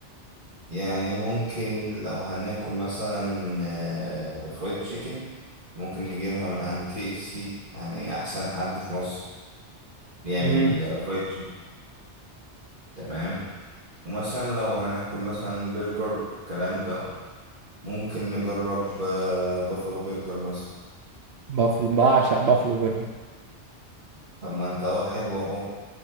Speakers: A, on the right; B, on the right.
A: يعني ممكن لو هناكل مثلا آه، فرايد تشيكن ممكن نجيبها من عند كي اف سي يعني احسن حد في مصر بيعمل
B: امم
A: فرايد تشيكن تمام ومثلا لو هناكل مثلا برجر الكلام ده ممكن نجرب آه، بافالو برجر مثلا
B: بافلو بعشق بافلو برجر
A: طب ما انت اهو حلو اهو